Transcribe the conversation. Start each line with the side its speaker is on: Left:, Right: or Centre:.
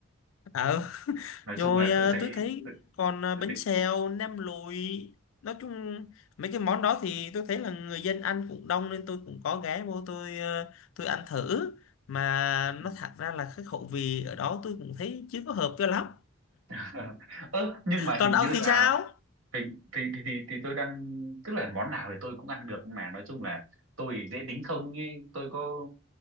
Left: ờ
Right: nói
Left: rồi
Right: chung là
Left: à,
Right: tôi thấy
Left: tôi thấy
Right: tôi,
Left: còn à,
Right: tôi
Left: bánh
Right: thấy
Left: xèo nem lụi nói chung mấy cái món đó thì tôi thấy là người dân ăn cũng đông nên tôi cũng có ghé vô tôi à, tôi ăn thử mà
Right: ừ.
Left: nó thật ra là cái khẩu vị ở đó tôi cũng thấy chưa có hợp cho lắm
Right: <laughs> ơ nhưng mà
Left: còn
Right: hình
Left: ông
Right: như
Left: thì
Right: là
Left: sao
Right: thì thì thì thì, thì tôi đang tức là món nào thì tôi cũng ăn được nhưng mà nói chung là tôi dễ tính không ấy tôi có